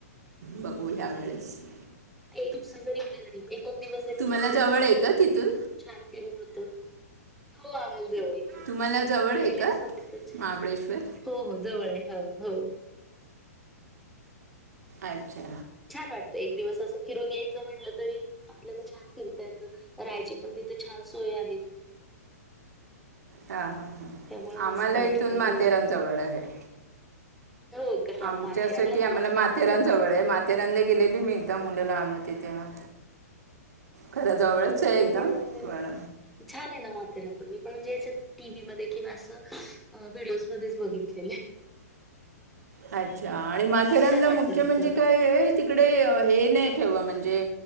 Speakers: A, on the right; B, in the centre.
A: बघू ह्या वेळेसं.
B: दिवसाचे रिप्लाय कडे <inaudible> एक दोन दिवस. जरी
A: तुम्हाला
B: गेले ना
A: जवळ
B: खूप
A: आहे का तिथून?
B: छान फिमंग होतं हो आम्हला जवळ.
A: तुम्हाला जवळ आहे का
B: रक् होतछान
A: महाबळेश्वर
B: हो हो जवळ <inaudible>
A: अच्छा
B: छान वाटतं एक दिवस असं फिरून यायचं म्हणलं तरी, आपल्याला छान फिरता येतं राहायची पण तिथं छान सोय आहे.
A: हा हा हा,
B: त्यामुळे
A: आम्हाला
B: मस्त वाटतं
A: इथूनं माथेरान
B: हो
A: जवळ आहे.
B: हो का
A: आमच्या
B: माथेरानला
A: साठी
B: मला
A: आम्हाला
B: पण
A: माथेरान
B: एकदा जायचं
A: जवळ आहे. माथेरानला गेलेली मी एकदा मुलं लहान होती तेव्हा. खऱ्या जवळचं
B: हो
A: आहे
B: मी
A: एकदम
B: पण म्हणजे
A: पण
B: छान आहे ना माथेरन पण मी पण म्हणजे च्यात. टीव्ही मध्ये किंवा असं व्हिडिओज मध्येच बघितलेलं.
A: अच्छा, आणि माथेरान
B: छान वाटतं
A: मुख्य
B: तिथं
A: म्हणजे काय आहे. तिकडे हे नाही ठेव म्हणजे